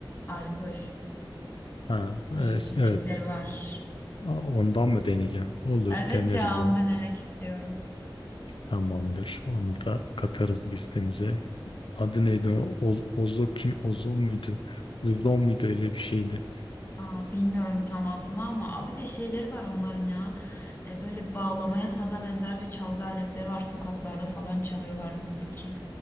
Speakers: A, on the left (about 25°); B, on the left (about 75°).
A: alkol
B: Ha, evet,
A: bir içecekleri
B: evet.
A: var.
B: A- Ondan mı deneyeceğim? Olur,
A: Evet
B: deneriz
A: ya
B: onu.
A: onu denemek istiyorum.
B: Tamamdır. Onu da katarız listemize. Adı neydi o? Oz, Ozo kim? Ozon muydu? Uzon muydu? Öyle bir şeydi.
A: Aa, bilmiyorum tam adını ama Aa, bir de şeyleri var onların ya E, böyle bağlamaya saza benzer ve çalgı aletleri var sokaklarda falan çalıyorlar buziki